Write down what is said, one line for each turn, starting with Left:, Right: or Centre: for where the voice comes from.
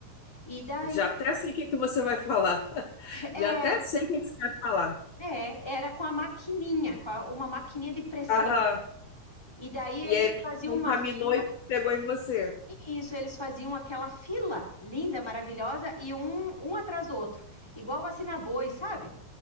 Centre: E daí,
Left: Já até sei o que que você vai falar. <laughs>
Centre: é,
Left: Já até sei o que que você vai falar.
Centre: é, era com a maquininha, com a- uma maquininha de pressão.
Left: Aham.
Centre: E daí
Left: E
Centre: eles
Left: aí ele
Centre: faziam
Left: contaminou
Centre: uma fila,
Left: e pegou em você.
Centre: e isso, eles faziam aquela fila linda, maravilhosa, e um, um atrás do outro. Igual vacina boi, sabe?